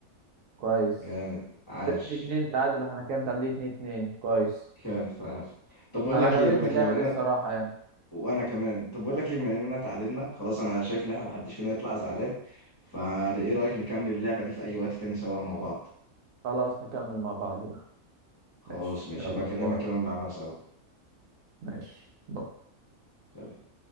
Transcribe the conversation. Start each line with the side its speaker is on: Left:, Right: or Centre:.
Right: كويس
Left: جامد عاش
Right: كده اتنين اتنين تعادل احنا كام متعادلين اتنين اتنين كويس
Left: كيف عاش طب بقول
Right: انا
Left: لك
Right: عجبتني
Left: ايه بقول لك
Right: اللعبه
Left: ايه من انا
Right: دي الصراحه يعني
Left: وانا كمان طب بقول لك ايه من اننا اتعادلنا خلاص انا شايف ان احنا محدش فينا يطلع زعلان فايه رايك نكمل اللعبه دي في اي وقت تاني سوا مع بعض
Right: خلاص نكمل مع بعض
Left: خلاص
Right: ماشي
Left: ماشي
Right: يلا
Left: هبقى اكلمك
Right: باي
Left: كده ونلعبها سوا
Right: ماشي باي
Left: سلام